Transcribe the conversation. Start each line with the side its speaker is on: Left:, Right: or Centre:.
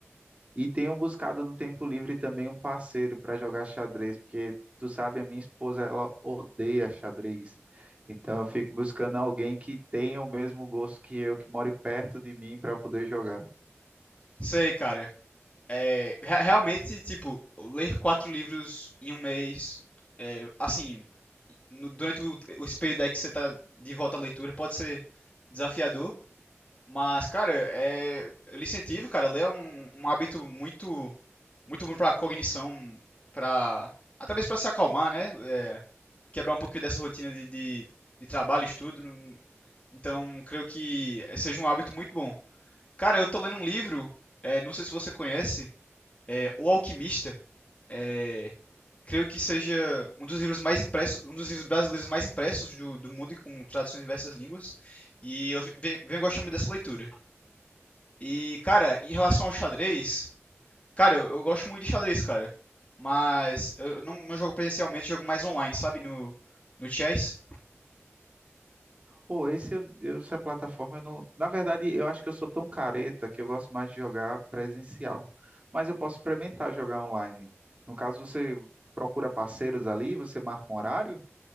Right: E tenho buscado no tempo livre também um parceiro para jogar xadrez, porque tu sabe, a minha esposa ela odeia xadrez. Então eu fico buscando alguém que tenha o mesmo gosto que eu, que more perto de mim para poder jogar.
Left: Sei, cara. É, re- realmente, tipo, ler quatro livros em um mês, é, assim, no- durante o, o esse período aí que você tá de volta à leitura, pode ser desafiador, mas, cara, é, eu lhe incentivo, cara, ler é um, um hábito muito, muito bom pra cognição, pra, até mesmo pra se acalmar, né? É, quebrar um pouquinho dessa rotina de, de, de trabalho, estudo, não- então, creio que seja um hábito muito bom. Cara, eu tô lendo um livro, é, não sei se você conhece, é, o Alquimista, é, creio que seja um dos livros mais impressos, um dos livros brasileiros mais impressos do, do mundo, com traduções em diversas línguas. E eu ve- venho gostando muito dessa leitura. E, cara, em relação ao xadrez, cara, eu, eu gosto muito de xadrez, cara. Mas eu não, não jogo presencialmente, jogo mais online, sabe? No, no chess.
Right: Ou esse eu, eu- essa plataforma eu não, na verdade, eu acho que eu sou tão careta que eu gosto mais de jogar presencial, mas eu posso experimentar jogar online. No caso, você procura parceiros ali, você marca um horário?